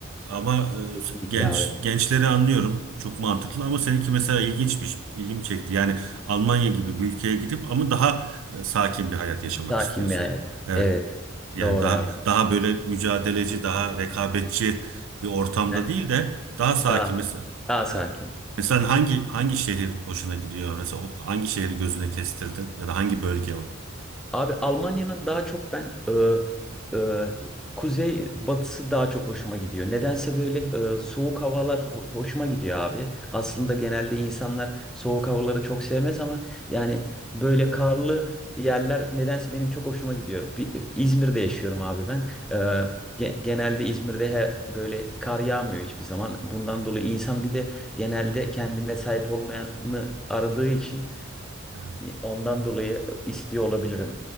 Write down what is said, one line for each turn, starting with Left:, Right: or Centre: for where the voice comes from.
Right: Ama e,
Centre: kesinlikle
Right: genç
Centre: abi.
Right: gençleri anlıyorum. Çok mantıklı ama seninki mesela ilginçmiş. ilgimi çekti. Yani Almanya gibi bir ülkeye gidip ama daha e, sakin bir hayat yaşamak
Centre: Sakin
Right: istiyorsun.
Centre: bir hayat.
Right: Evet.
Centre: Evet
Right: Yani
Centre: doğru
Right: daha
Centre: abi.
Right: daha böyle mücadeleci, daha rekabetçi bir ortamda
Centre: Ben
Right: değil de daha sakin
Centre: daha
Right: mesela.
Centre: daha sakin.
Right: Evet. Mesela hangi hangi şehir hoşuna gidiyor? Mesela o- hangi şehri gözüne kestirdin ya da hangi bölge onu?
Centre: Abi Almanya'nın daha çok ben e, e, kuzey batısı daha çok hoşuma gidiyor. Nedense böyle e, soğuk havalar ho- hoşuma gidiyor abi. Aslında genelde insanlar soğuk havaları çok sevmez ama yani böyle karlı yerler nedense benim çok hoşuma gidiyor. Bi- İzmir'de yaşıyorum abi ben. E, ge- genelde İzmir'de her, böyle kar yağmıyor hiçbir zaman. Bundan dolayı insan bir de genelde kendine sahip olmayanı aradığı için.
Right: Hı.
Centre: Ondan dolayı e, istiyor olabilirim